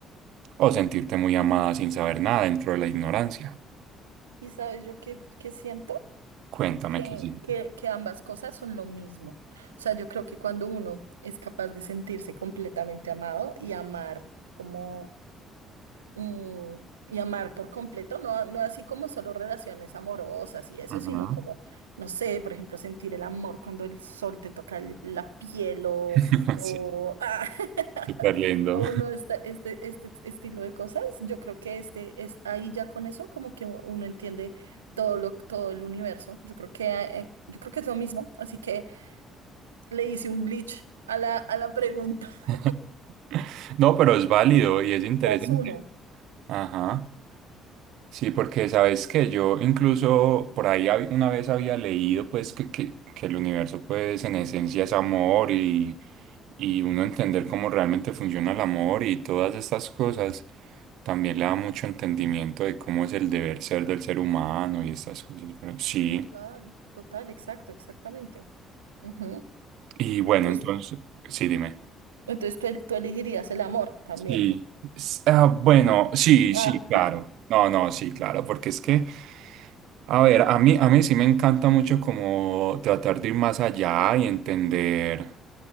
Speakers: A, on the right; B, on the right.
A: o sentirte muy amada sin saber nada dentro de la ignorancia.
B: ¿y sabes yo qué, qué siento?
A: Cuéntame
B: Que,
A: qué sientes.
B: que, que ambas cosas son lo mismo. O sea, yo creo que cuando uno es capaz de sentirse completamente amado y amar como mm, y amar por completo, no, no así como solo relaciones amorosas y eso,
A: Ujú.
B: sino como, no sé, por ejemplo, sentir el amor cuando el sol te toca el- la piel o,
A: <laughs>
B: o,
A: Sí,
B: ah, <laughs>
A: súper lindo.
B: o bueno, esta- este, este estilo de cosas, yo creo que este es ahí ya con eso como que uno entiende todo lo, todo el universo. Yo creo que, eh, yo creo que es lo mismo, así que le hice un glitch a la, a la pregunta. <laughs>
A: <laughs> No, pero es válido y es interesante.
B: La uno.
A: Ajá. Sí, porque sabes que yo incluso por ahí hab- una vez había leído pues que, que, que el universo pues en esencia es amor y, y uno entender cómo realmente funciona el amor y todas estas cosas también le da mucho entendimiento de cómo es el deber ser del ser humano y estas cosas, pero sí.
B: Total, total, exacto, exactamente. Ujú.
A: Y bueno,
B: Entonces,
A: entonces, sí, dime.
B: entonces tú, tú elegirías el amor también.
A: Sí, S- ah, bueno, sí,
B: Ah,
A: sí, claro. No, no, sí, claro, porque es que, a ver, a mí, a mí sí me encanta mucho como tratar de ir más allá y entender